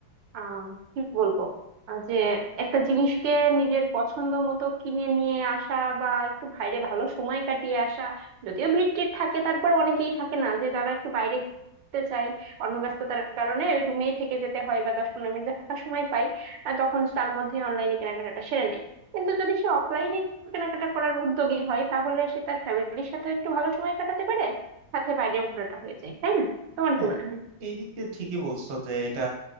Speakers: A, on the right; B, on the right.
A: আহ কি বলবো আহ যে একটা জিনিসকে নিজের পছন্দ মতো কিনে নিয়ে আসা বা একটু বাইরে ভালো সময় কাটিয়ে আসা যদিও ভিড় টির থাকে তারপরে অনেকেই থাকে না যে তারা একটু বাইরে ঘুরতে চায় কর্মব্যস্ততার কারণে ওই রুমেই থেকে যেতে হয় বা দশ পনেরো মিনিট যে ফাঁকা সময় পাই আহ তখন তার মধ্যে অনলাইনে কেনাকাটাটা সেরে নেয় কিন্তু যদি সে অফলাইনে কেনাকাটা করার উদ্যোগী হয় তাহলে সে তার ফ্যামিলির সাথে একটু ভালো সময় কাটাতে পারে সাথে বাইরে ঘোরাটা হয়ে যায় তাই না তোমার
B: হ্যাঁ
A: কি মনে হয়
B: এই দিক দিয়ে ঠিকই বলছো যে এটা